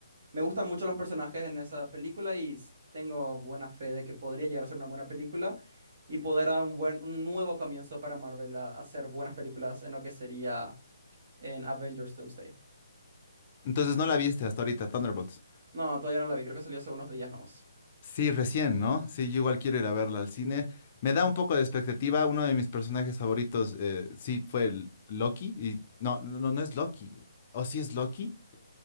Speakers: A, on the right; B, on the left.
A: me gustan mucho los personajes en esa película y s- tengo buena fe de que podría llegar a ser una buena película y poder dar un buen, un nuevo comienzo para Marvel a a hacer buenas películas en lo que sería en Avengers Doomsday.
B: Entonces no la viste hasta ahorita, Thunderbolts.
A: No, todavía no la vi, creo que salió hace unos días nomás.
B: Sí, recién, ¿no? Sí, yo igual quiero ir a verla al cine. Me da un poco de expectativa. Uno de mis personajes favoritos, eh, sí, fue el Loki. Y no, no, no no es Loki. ¿O sí es Loki?